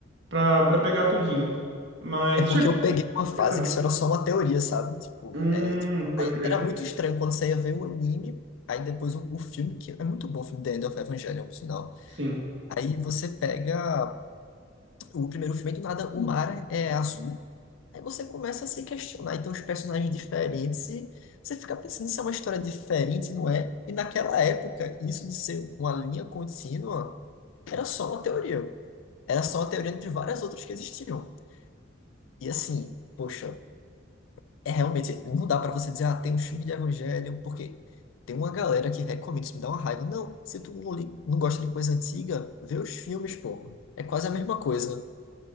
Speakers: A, on the right; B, on the left.
A: pra, pra pegar tudinho. Mas,
B: É porque
A: deixa eu...
B: eu peguei uma
A: Pode
B: fase
A: falar.
B: que isso era só uma teoria, sabe? Tipo,
A: Hum,
B: é, tipo,
A: pode
B: aí
A: crer.
B: era muito estranho quando você ia ver o anime, aí depois o, o filme, que é muito bom o filme The End of Evangelion, por sinal.
A: Sim.
B: Aí você pega o primeiro filme, e do nada, o mar é azul. Aí você começa a se questionar. Então, os personagens diferentes, e você fica pensando se é uma história diferente, não é? E naquela época, isso de ser uma linha contínua era só uma teoria. Era só uma teoria entre várias outras que existiam. E assim, poxa, é realmente, não dá pra você dizer, ah, tem um filme de Evangelho, porque tem uma galera que recomenda, isso me dá uma raiva. Não, se tu não, li- não gosta de coisa antiga, vê os filmes, pô. É quase a mesma coisa.